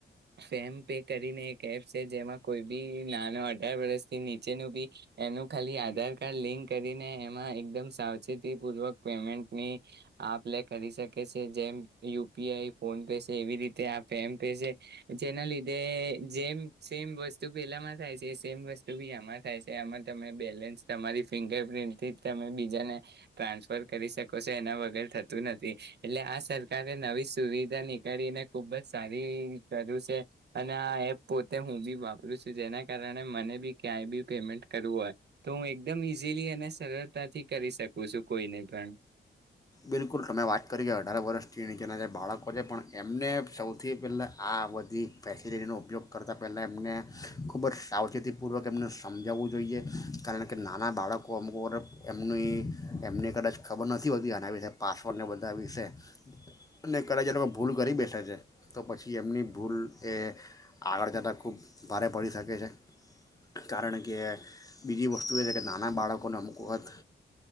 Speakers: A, on the right; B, on the left.
A: ફેમ પે કરીને એક એપ છે જેમાં કોઈ બી ના અઢાર વર્ષથી નીચેનું બી એનું ખાલી આધાર કાર્ડ લિંક કરીને એમાં એકદમ સાવચેતી પૂર્વક પેમેન્ટની આપ કરી શકે છે જેમ યુપીઆઈ ફોન પે છે એવી રીતે આપે એમ પે છે જેના લીધે જેમ સેમ વસ્તુ પેલા સેમ વસ્તુ બી એમાં થાય છે એમાં ત બેલેન્સ તમારી ફિંગર પ્ર્રિન્ટથી તમે બીજાને ટ્રાન્સફર કરી શકો છો એના વગર થતું નથી એટલે આ સરકારે નવી સુવિધા નીકળીને ખુબ જ સારી કર્યું છે અને આ એપ પોતે હું બી વાપરું છું જેના કારણે મને બી ક્યાંય બી પેમેન્ટ કરવું હોય તો હું એકદમ ઈઝીલી અને સરળતાથી કરી શકું છું કોઈને પણ
B: બિલકુલ તમે વાત કરી કે અઢાર વર્ષથી નીચેના જે બાળકો છે પણ એમને સૌથી પહેલાં આ બધી ફેસિલિટીનો ઉપયોગ કરતાં પહેલાં એમને ખૂબ જ સાવચેતીપૂર્વક એમને સમજાવવું જોઈએ કારણ કે નાના બાળકો અમ એમની એમને કદાચ ખબર નથી હોતી આના વિ જે પાસવર્ડને બધા વિશે અને કદાચ લોકો ભૂલ કરી બેસે છે તો પછી એમની ભૂલ એ આગળ જતાં ખૂબ ભારે પડી શકે છે કારણ કે બીજી વસ્તુ એ છે કે નાના બાળકોને અમુક વાત